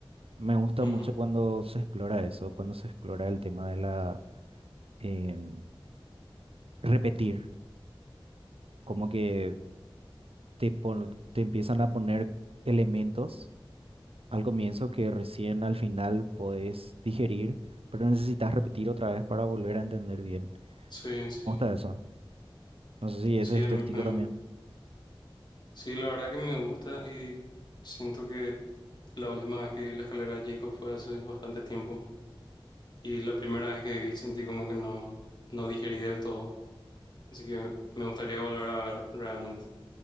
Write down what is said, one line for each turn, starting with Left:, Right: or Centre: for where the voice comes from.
Right: Me gusta
Left: Ujú,
Right: mucho cuando se explora eso, cuando se explora el tema de la em, repetir, como que te, pon- te empiezan a poner elementos al comienzo que recién al final podés digerir, pero necesitas repetir otra vez para volver a entender bien.
Left: Sí, sí.
Right: Me gusta eso. No sé si ese
Left: Sí,
Right: es
Left: a
Right: tu
Left: mí,
Right: estilo también.
Left: Sí, la verdad que me gusta y siento que la última vez que vi la escalera de Jacob fue hace bastante tiempo y la primera vez que vi sentí como que no, no digerí del todo. Así que me gustaría volver a ver realmente